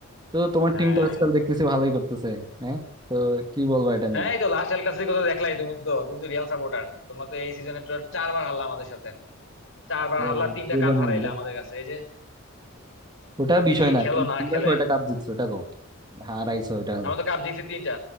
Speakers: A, on the right; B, on the left.
A: তো তোমার
B: হ্যাঁ
A: টিম তো আজকাল
B: হ্যাঁ
A: দেখতেছি ভালোই করতেছে হ্যাঁ তো কি বলবো এটা
B: হ্যাঁ
A: নিয়ে
B: এই তো লাস্ট এল ক্লাসিকো তো দেখলাই তুমি তো তুমি তো রিয়াল সাপোর্টার তোমরা তো এই সিজনে চারবার হারলা আমাদের সাথে চারবার
A: ও
B: হারলা
A: বন্ধু,
B: তিনটা
A: বলো
B: কাপ
A: না
B: হারাইলা
A: বন্ধু
B: আমাদের কাছে এই যে
A: ওটা বিষয়
B: কি
A: না
B: খেলো
A: কিন্তু
B: না
A: তোমরা
B: খেলে
A: কয়টা কাপ জিতছো ওটা কো হারাইছো ওটা
B: আমরা তো কাপ জিতছি তিনটা